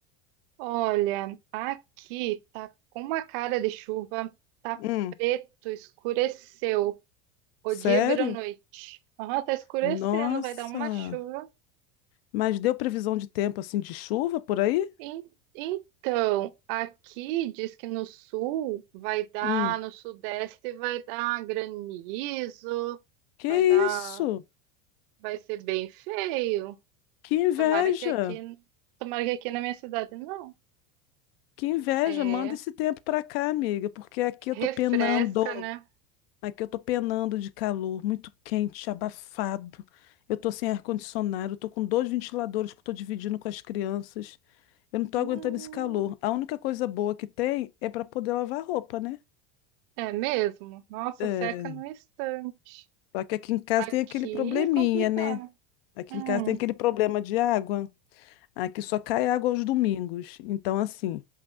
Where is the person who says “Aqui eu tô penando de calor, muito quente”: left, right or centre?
Left